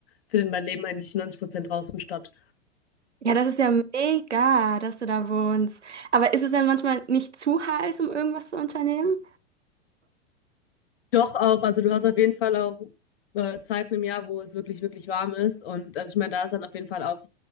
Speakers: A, on the left; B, on the right.
A: findet mein Leben eigentlich 90 Prozent draußen statt.
B: Ja, das ist ja mega, dass du da wohnst. Aber ist es dann manchmal nicht zu heiß, um irgendwas zu unternehmen?
A: Doch auch, also du hast auf jeden Fall auch äh, Zeiten im Jahr, wo es wirklich, wirklich warm ist. Und also ich meine, da ist dann auf jeden Fall auch,